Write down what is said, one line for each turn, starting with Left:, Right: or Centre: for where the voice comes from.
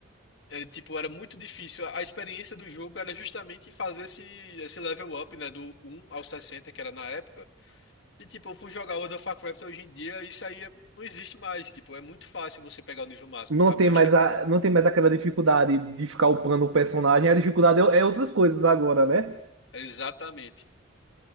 Left: Ele, tipo, era muito difícil. A experiência do jogo era justamente fazer esse, esse level up, né? Do um ao 60 que era na época. E tipo, eu fui jogar World of Warcraft hoje em dia, isso aí é- não existe mais. Tipo, é muito fácil você pegar o nível máximo,
Right: Não
Left: sabe?
Right: tem
Left: Eu
Right: mais
Left: acho que.
Right: a, não tem mais aquela dificuldade de ficar upando o personagem, a dificuldade é, é outras coisas agora, né?
Left: Exatamente.